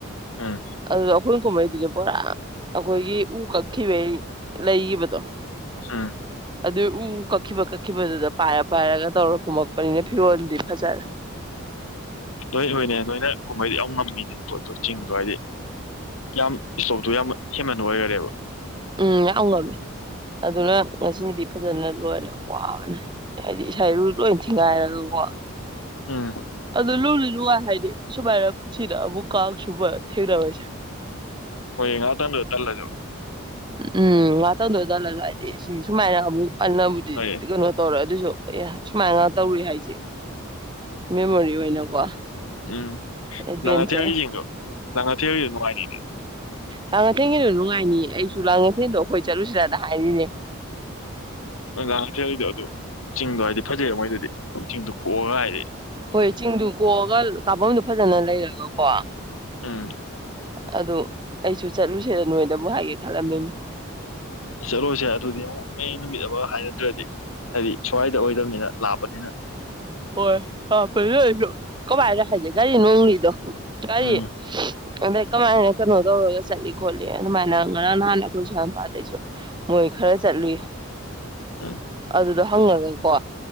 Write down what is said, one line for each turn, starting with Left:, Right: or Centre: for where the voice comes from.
Left: ꯎꯝ
Right: ꯑꯗꯨ ꯃꯣꯏ ꯀꯨꯝꯃꯛꯏꯗꯨꯁꯨ ꯄꯨꯔꯥ ꯑꯩꯈꯣꯏꯒꯤ ꯎ ꯀꯛꯈꯤꯕꯩ ꯂꯩꯕꯗꯣ
Left: ꯎꯝ
Right: ꯑꯗꯨ ꯎ ꯀꯛꯈꯤꯕꯀ ꯆꯛꯈꯤꯕꯗꯨꯗ ꯄꯥꯏꯔ ꯄꯥꯏꯔꯒ ꯇꯧꯔꯀꯨꯃꯛ ꯄꯅꯤꯅ ꯐꯤꯔꯣꯜꯗꯤ ꯐꯖꯔꯦ
Left: ꯅꯣꯏ ꯍꯣꯏꯅꯦ ꯅꯣꯏꯅ ꯀꯨꯝꯍꯩꯗꯤ ꯌꯥꯝ ꯉꯝꯃꯦ ꯃꯤꯅꯦ ꯄꯣꯠꯇꯣ ꯆꯤꯡꯗꯣ ꯍꯥꯏꯗꯤ ꯌꯥꯝ ꯏꯁꯇꯣꯛꯇꯣ ꯌꯥꯝ ꯍꯦꯃꯟꯅ ꯑꯣꯏꯈꯔꯦꯕ
Right: ꯎꯝ ꯌꯥꯝ ꯉꯝꯃꯦ ꯑꯗꯨꯅ ꯉꯁꯤꯗꯤ ꯐꯖꯅ ꯂꯣꯏꯔꯦ ꯋꯥꯕꯅꯦ ꯍꯥꯏꯗꯤ ꯏꯁꯥꯏꯔꯨ ꯂꯣꯏ ꯊꯤꯡꯉꯥꯏꯔꯒꯀꯣ
Left: ꯎꯝ
Right: ꯑꯗꯨꯂꯣ ꯅꯨꯡꯉꯥꯏ ꯍꯥꯏꯗꯤ ꯁꯨꯃꯥꯏꯅ ꯄꯨꯟꯁꯤꯗ ꯑꯃꯨꯛꯀ ꯁꯨꯕ ꯊꯦꯡꯅꯕꯁꯦ
Left: ꯍꯣꯏ ꯉꯍꯥꯛꯇꯡꯗꯣ ꯇꯜꯂꯁꯨ
Right: ꯎꯝ ꯉꯥꯛ ꯇꯟꯗꯣ ꯇꯜꯂꯖꯨ ꯍꯥꯏꯗꯤ ꯁꯤ ꯁꯨꯃꯥꯏꯅ ꯑꯃꯨꯛ ꯑꯟꯅꯕꯨꯗꯤ
Left: ꯍꯣꯏ
Right: ꯀꯩꯅꯣ ꯇꯧꯔꯦ ꯑꯗꯨꯁꯨ ꯑꯦ ꯁꯨꯃꯥꯏꯅ ꯇꯧꯔꯨ ꯍꯥꯏꯁꯤ ꯃꯦꯃꯣꯔꯤ ꯑꯣꯏꯅꯀꯣ
Left: ꯎꯝ
Right: ꯑꯦꯗꯚꯦꯟꯆꯔ
Left: ꯂꯥꯡꯉꯊꯦꯜꯒꯤ ꯆꯤꯡꯗꯣ ꯂꯥꯡꯉꯊꯦꯜꯒꯤꯗꯣ ꯅꯨꯡꯉꯥꯏꯅꯤꯅꯦ
Right: ꯂꯥꯡꯉꯊꯦꯜꯒꯤꯁꯨ ꯅꯨꯡꯉꯥꯏꯅꯤ ꯑꯩꯁꯨ ꯂꯥꯡꯉꯊꯦꯜꯗꯣ ꯑꯩꯈꯣꯏ ꯆꯠꯂꯨꯁꯤꯔꯅ ꯍꯥꯏꯔꯤꯅꯦ
Left: ꯂꯥꯡꯉꯊꯦꯜꯒꯤꯗꯣ ꯑꯗꯨ ꯆꯤꯡꯗꯣ ꯍꯥꯏꯗꯤ ꯐꯖꯩꯕ ꯃꯣꯏꯗꯨꯗꯤ ꯆꯤꯡꯗꯨ ꯀꯣꯛꯑꯒ ꯍꯥꯏꯔꯦ
Right: ꯍꯣꯏ ꯆꯤꯡꯗꯨ ꯀꯣꯛꯑꯒ ꯀꯥꯐꯝꯗꯨ ꯐꯖꯅ ꯂꯩꯔꯒꯀꯣ
Left: ꯎꯝ
Right: ꯑꯗꯨ ꯑꯩꯁꯨ ꯆꯠꯂꯨꯁꯦꯗ ꯅꯣꯏꯗꯕꯨ ꯍꯥꯏꯒꯦ ꯈꯜꯂꯝꯃꯤꯃꯤ
Left: ꯆꯠꯂꯣꯁꯦ ꯑꯗꯨꯗꯤ ꯑꯃꯨꯛ ꯍꯌꯦꯡ ꯅꯨꯃꯤꯠ ꯑꯃ ꯍꯥꯏꯅꯗ꯭ꯔꯗꯤ ꯍꯥꯏꯗꯤ ꯁ꯭ꯋꯥꯏꯗ ꯑꯣꯏꯗꯕꯅꯤꯅ ꯂꯥꯛꯄꯅꯤꯅ
Right: ꯍꯣꯏ ꯂꯥꯞꯄꯅꯤꯅ ꯑꯩꯖ ꯀꯃꯥꯏꯗ ꯍꯥꯏꯗꯤ ꯒꯥꯔꯤ ꯅꯣꯡꯂꯤꯗꯣ ꯀꯔꯤ
Left: ꯎꯝ
Right: ꯑꯗ ꯀꯃꯥꯏꯅ ꯀꯩꯅꯣ ꯇꯧꯔꯒ ꯆꯠꯂꯤ ꯈꯣꯠꯂꯤ ꯑꯗꯨꯃꯥꯏꯅ ꯉꯔꯥꯡ ꯅꯍꯥꯟ ꯑꯩꯈꯣꯏ ꯁ꯭ꯋꯥꯏꯄꯥꯗꯩꯁꯨ ꯃꯣꯏ ꯈꯔ ꯆꯠꯂꯨꯏ
Left: ꯎꯝ
Right: ꯑꯗꯨꯗꯣ ꯍꯪꯉꯒꯀꯣ